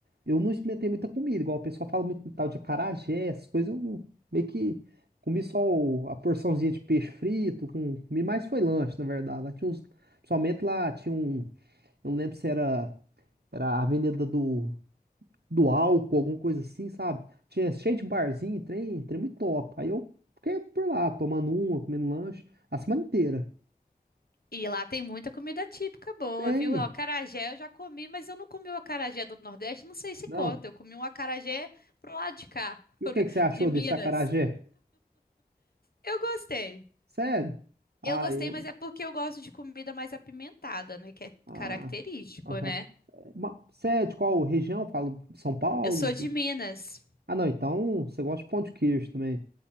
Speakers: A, on the right; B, on the left.
A: eu não experimentei muita comida, igual o pessoal fala muito de tal de acarajé, essas coisas, eu não- meio que comi só o- a porçãozinha de peixe frito, com, comi mais foi lanche, na verdade. Lá tinha uns, principalmente lá tinha um, eu não lembro se era, era a venda do, do álcool, alguma coisa assim, sabe? Tinha cheio de barzinho, trem, trem muito top. Aí eu fiquei por lá, tomando uma, comendo lanche, a semana inteira.
B: E lá tem muita comida típica boa,
A: Tem,
B: viu? O acarajé eu já comi, mas eu não comi o acarajé do Nordeste, não sei se
A: não.
B: conta. Eu comi um acarajé pro lado de cá,
A: E
B: <laughs>
A: o que que você achou
B: de Minas.
A: desse acarajé?
B: Eu gostei.
A: Sério? Ah,
B: Eu gostei,
A: eu.
B: mas é porque eu gosto de comida mais apimentada, né? Que é
A: Ah.
B: característico,
A: aham.
B: né?
A: Ma- Você é de qual região? Falo de São Paulo?
B: Eu sou
A: de-
B: de Minas.
A: Ah, não, então você gosta de pão de queijo também.